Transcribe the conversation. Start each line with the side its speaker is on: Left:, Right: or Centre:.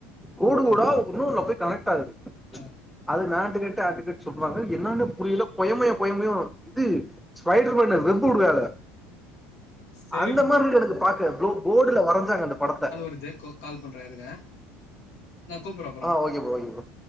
Centre: கோடு கோடா
Left: ஆ
Centre: உள்ளூள போய் கனெக்ட் ஆகுது
Left: ஆ
Centre: அது நாட்டுக்கட்டு அட்டுக்கட்டு சொல்லுவாங்க என்னானே புரியில கொயமையோ கொயமையு இது ஸ்பைடர் மேண்ணு வெப்பு வுட்ராரே
Left: சரி
Centre: அந்த
Left: ப்ரோ
Centre: மார்ருக்கு எனக்கு பாக்க போடுல வரஞ்சாங்க அந்த படத்த
Left: து தே கோ கால் பண்றே இருங்க நா கூப்புறோ
Centre: ஆ ஓகே ப்ரோ ஓகே ப்ரோ